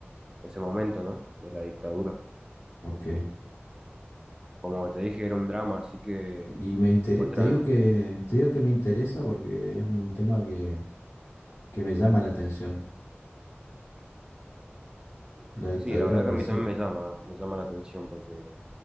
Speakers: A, on the right; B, on the left.
A: ese momento, ¿no? De la dictadura.
B: ok.
A: Como te dije, era un drama, así que
B: Y me intere-
A: muestra...
B: te digo
A: el-
B: que, te digo que me interesa porque es un tema que, que me llama la atención, la dictadura
A: Sí, la verdad
B: en Brasil.
A: que a mí también me llama, me llama la atención porque